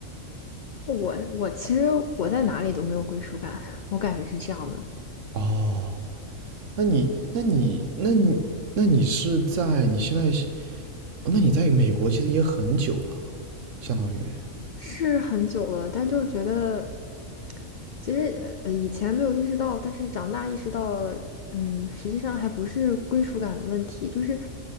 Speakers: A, on the left (about 75°); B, on the right (about 65°).
A: 我我其实我在哪里都没有归属感，<laughs> 我感觉是这样的。
B: 哦，那你那你那你那你是在你现在那你在美国其实也很久了，相当于。
A: 是很久了，但就觉得，其实呃以前没有意识到，但是长大意识到了，嗯，实际上还不是归属感的问题，就是